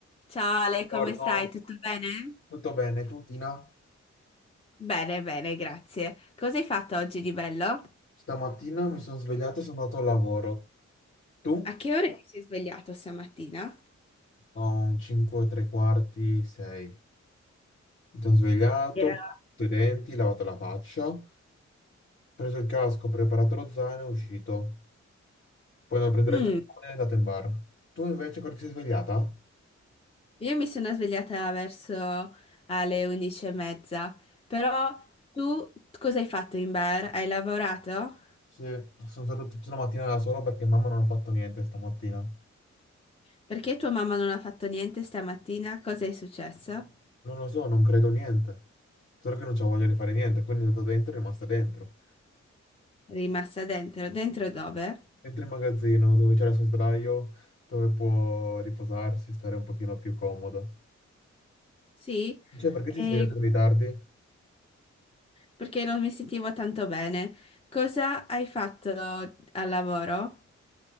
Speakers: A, on the left (about 20°); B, on the left (about 40°).
A: Ciao Ale,
B: Buongiorno,
A: come stai? Tutto bene?
B: tutto bene? Tu, Tina?
A: Bene, bene, grazie. Cosa hai fatto oggi di bello?
B: Stamattina mi sono svegliato e sono andato al lavoro. Tu?
A: A che ora ti sei svegliato stamattina?
B: Ho un 5 e tre quarti, 6. Mi sono svegliato,
A: Era-
B: mi sono lavato i denti, lavato la faccia, ho preso il casco, ho preparato lo zaino e uscito. Poi andato a prendere
A: Mm,
B: il giornale e è andato in bar. Tu invece quando ti sei svegliata?
A: io mi sono svegliata verso alle 11 e mezza, però tu cosa hai fatto in bar? Hai lavorato?
B: Sì, sono stato tutta la mattina da solo perché mamma non ha fatto niente stamattina.
A: Perché tua mamma non ha fatto niente stamattina? Cosa è successo?
B: Non lo so, non credo niente. Solo che non c'ho voglia di fare niente, quindi è andato dentro e è rimasta dentro.
A: È rimasta dentro? Dentro dove?
B: Dentro il magazzino dove c'era il suo sdraio, dove può riposarsi, stare un pochino più comodo.
A: Sì?
B: Cioè, perché
A: E
B: ti svegli così tardi?
A: perché non mi sentivo tanto bene. Cosa hai fatto al lavoro?